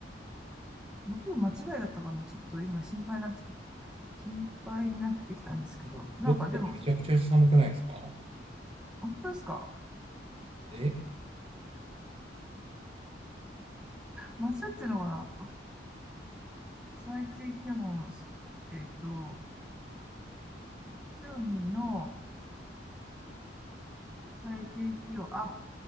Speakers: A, in the centre; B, on the right.
A: 僕の間違いだったかな。ちょっと今心配になってきた。心配になってきたんですけど、なんかでも、
B: 6度めちゃくちゃ寒くないですか
A: 本当ですか
B: え
A: 夏っていうのは、最低気温、えっと、1の最低気温、あ、